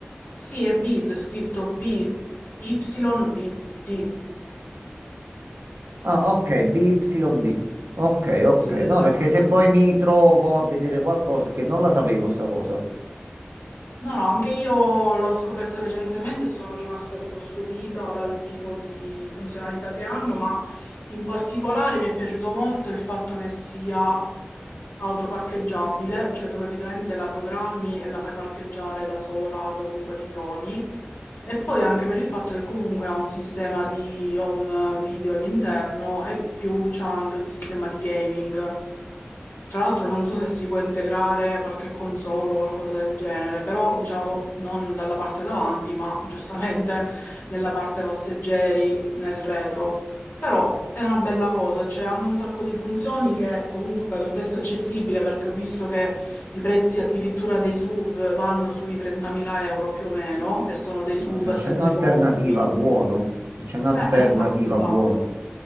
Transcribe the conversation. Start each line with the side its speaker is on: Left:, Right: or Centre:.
Left: Sì, è BID, scritto B, Y, B, D.
Right: Ah, ok, BYD. Ok,
Left: Sì,
Right: ok.
Left: sì, esatto,
Right: No, perché
Left: esatto.
Right: se poi mi trovo a vedere qualcosa che non la sapevo sta cosa.
Left: No, no, anche io l'ho scoperta recentemente e sono rimasta tipo stupita dal tipo di funzionalità che hanno, ma in particolare mi è piaciuto molto il fatto che sia autoparcheggiabile, cioè tu praticamente la programmi e la fai parcheggiare da sola dovunque ti trovi. E poi anche per il fatto che comunque ha un sistema di home video all'interno e più c'ha anche un sistema di gaming. Tra l'altro non so se si può integrare qualche console o qualcosa del genere, però diciamo non dalla parte davanti, ma giustamente nella parte passeggeri, nel retro. Però è una bella cosa, cioè hanno un sacco di funzioni che comunque ad un prezzo accessibile, perché ho visto che i prezzi addirittura dei SUV vanno sui 30.000 euro più o meno, e sono dei SUV
Right: No, se
Left: a
Right: c'è
Left: sette
Right: un'alternativa,
Left: posti.
Right: buono. Se c'è un'alternativa,
Left: Eh, esatto, esatto.
Right: buono.